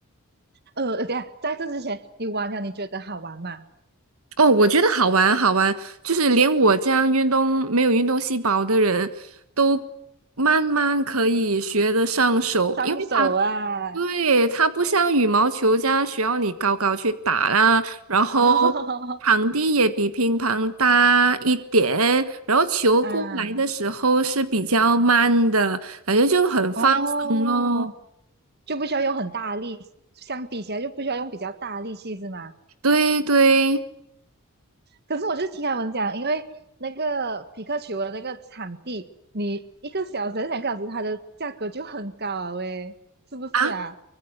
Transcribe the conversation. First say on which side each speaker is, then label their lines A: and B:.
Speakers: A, on the right; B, on the right.
A: 呃，等一下，在这之前你玩了，你觉得好玩吗？
B: 哦，我觉得好玩好玩，就是连我这样运动没有运动细胞的人都慢慢可以学得上手，
A: 双手啊，
B: 因为它。对，它不像羽毛球这样需要你高高去打啦，然后场地也比乒乓大一点，
A: <laughs> 哦
B: 然后球过来的时候是比较慢的，
A: 啊。
B: 感觉就很放松咯。
A: 哦，就不需要用很大的力，相比起来就不需要用比较大的力气是吗？
B: 对对
A: 可是我就是听他们讲，因为那个匹克球的那个场地，你一个小时还是两个小时，它的价格就很高啊，喂，是不是啊？
B: 啊，